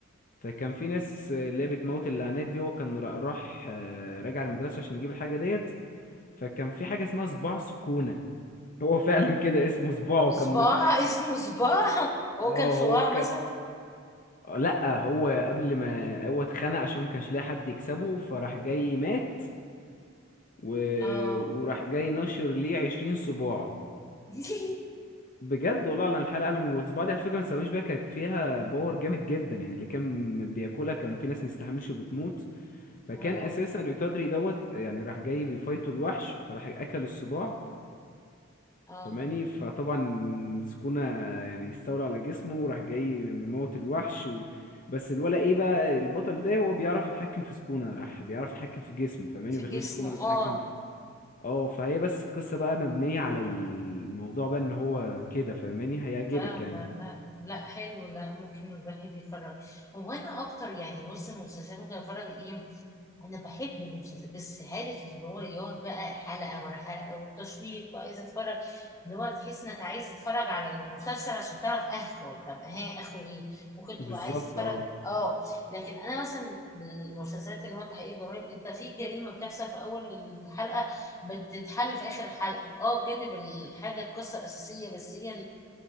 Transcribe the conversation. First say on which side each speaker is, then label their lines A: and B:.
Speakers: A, on the left; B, on the left.
A: فكان في ناس اللي هي بتموت اللعنات دي هو كان را- راح آه، راجع المدرسه عشان يجيب الحاجه ديت فكان في حاجة اسمها صباع سكونة هو فعلا كده اسمه صباع وكان
B: صباع <laughs> اسمه صباع هو
A: اه
B: كان صباع
A: هو كان
B: مثلا
A: لا هو قبل ما هو اتخنق عشان ما كانش لاقي حد يكسبه فراح جاي مات و...
B: آه
A: وراح جاي نشر ليه عشرين صباع
B: <laughs>
A: بجد والله انا الحلقة قالوا والصباع دي على فكرة ما تسويش بيها كانت فيها باور جامد جدا يعني اللي كان بياكلها كان في ناس مستحملش وبتموت فكان
B: آه
A: اساسا يتدري دوت يعني راح جاي بيفايتوا الوحش فراح اكل الصباع
B: آه
A: فماني فطبعا سكونة يعني استولى على جسمه وراح جاي مموت الوحش و... بس الولا ايه بقى البطل ده هو بيعرف يتحكم في سكونة راح بيعرف يتحكم في جسمه فماني
B: في
A: ما بيخليش
B: جسمه
A: سكونة اللي بتتحكم
B: آه
A: في اه فهي بس القصة بقى مبنية على الموضوع بقى ان هو كده فماني هيعجبك
B: فاهمة
A: يعني
B: لا لا حلو لا ممكن الواحد يتفرج هو انا اكتر يعني بص المسلسلات ممكن اتفرج ايه انا بحب المسلسلات بس عارف اللي هو يقعد بقى حلقة ورا حلقة والتشويق وعايز اتفرج اللي هو تحس انك عايز تتفرج على المسلسل عشان تعرف اخره طب ها اخره ايه ممكن
A: بالظبط
B: تبقى عايز تتفرج
A: اه
B: اه لكن انا مثلا المسلسلات اللي هو تحقيق جرائم انت في جريمة بتحصل في اول الحلقة بتتحل في اخر حلقة اه بجانب الحاجة القصة الاساسية بس هي